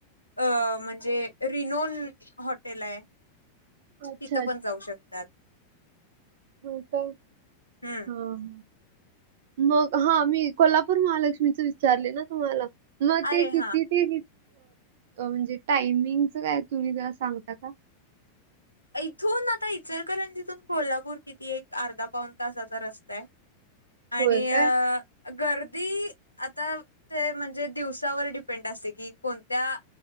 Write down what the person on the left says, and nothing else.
अ म्हणजे रिनोन हॉटेल आहे.
तिथं
पण जाऊ शकतात.
हम्म
अरे
हा
इथून आता इचलकरंजीतुन कोल्हापूर किती एक अर्धा पाऊन तासाचा रस्ता आहे.
आणि
अ. गर्दी आता ते म्हणजे दिवसावर डिपेंड असते की कोणत्या.